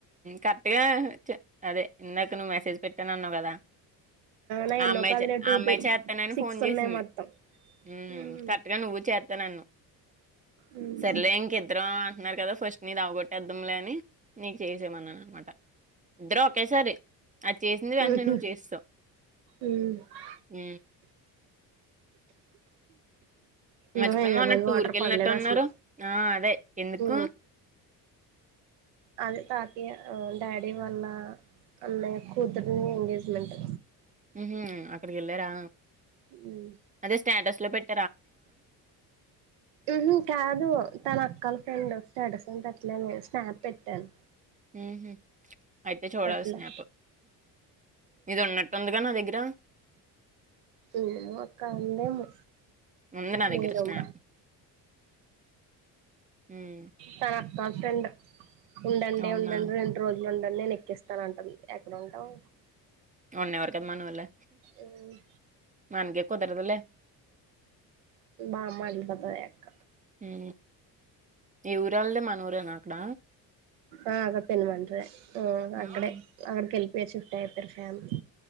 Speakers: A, on the right; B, on the right.
A: కట్ టిగా అదే ఇందాక నువ్వు మెసేజ్ పెట్టానన్నావు కదా
B: నా
A: ఆ
B: ఎన్నో
A: అమ్మాయి
B: కాదులే
A: చే
B: టూ
A: అమ్మాయి
B: టూ
A: చెత్తానని
B: సిక్స్
A: ఫోన్ చేసింది
B: ఉన్నాయి మొత్తం
A: ఉ
B: ఉమ్
A: కరక్ట్గా నువ్వు చే నన్ను
B: ఉమ్
A: సర్లే ఇంకిద్దరం అంటున్నారు కదా ఫస్ట్ నీది అవ్వగోట్ టెద్దంలేని నీకు చేసేయమన్నాననమాట ఇద్దరు ఒకేసారి అది చేసింది వెంటనే
B: ఉహు
A: నువ్వు చేసేశావు
B: ఉమ్
A: ఉ మర్చిపోయాను
B: ను హైదరాబాద్
A: మొన్న టూర్‌కెళ్ళినట్టున్నారు?
B: వాటర్ పడలేదు అసలు
A: ఆ! అదే. ఎందుకు?
B: ఉ అది తాతియా డాడీ వాళ్ళ అన్నయ్య కూతురుని ఎంగేజ్మెంట్
A: ఉహు అక్కడికి వెళ్ళారా
B: ఉమ్
A: అదే స్టాటస్ లో పెట్
B: ఉహు కాదు తన కల ఫ్రెండ్ స్టేటస్ ఏం పెట్టలే నేను స్నాప్ పెట్టాను
A: ఉహు అయితే చూడాలి
B: పెట్లే
A: స్నాపు ఇది ఉన్నట్టుందిగా నా దగ్గర
B: ఏమో అక్క ఉందేమో
A: ఉంది నా
B: లేదమ్
A: దగ్గర స్నాప్. హ్మ్.
B: తన గర్ల్ ఫ్రెండ్ ఉండండి
A: అవునా?
B: ఉండండి రెండు రోజులు ఉండండి నేను ఎక్కిస్తాను అంటుంది ఎక్కడ ఉంటవ్
A: ఉన్నివ్వరు కదా మనోళ్లే
B: ఉ
A: మనకి కుదరదు లే
B: మా అమ్మ అలిగిపోతదిలె అక్క
A: ఈ ఏ ఊరళ్ళది మన ఊరేనా అక్కడ
B: ఆ అగాత్తన్ మండ్రి ఆ
A: హుహు.
B: అక్కడే అక్కడకెల్ ఇగ షిఫ్ట్ అయిపోయారు ఫ్యామ్